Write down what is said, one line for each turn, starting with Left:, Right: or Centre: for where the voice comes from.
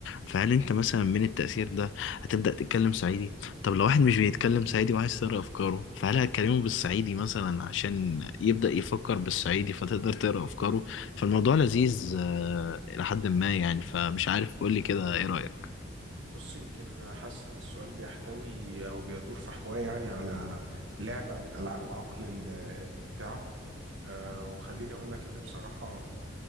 Left: فهل انت مثلا من التأثير ده هتبدأ تتكلم صعيدي طب لو واحد مش بيتكلم صعيدي وعايز تقرأ افكاره فهل هتكلمه بالصعيدي مثلا عشان يبدأ يفكر بالصعيدي فتقدر تقرأ افكاره فالموضوع لذيذ آه، الى حد ما يعني فمش عارف قولي كده ايه رأيك
Right: بص يمكن حاسس ان السؤال بيحتوي او بيدور في حواه يعني على لعبة من العاب العقل ال- الممتعة آه، وخليني اقول لك ان بصراحة